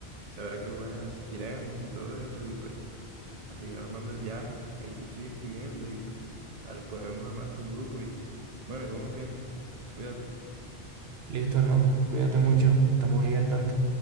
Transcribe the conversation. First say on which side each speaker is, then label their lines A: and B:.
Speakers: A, on the right; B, on the right.
A: saber a qué lugares asistiremos y todo eso. Y, pues, a seguir armando el viaje. Ahí te estoy escribiendo y, pues, al- podremos armar hasta un grupo y, bueno, y vamos viendo. Cuídate.
B: Listo, hermano. Cuídate mucho. Estamos ahí al tanto.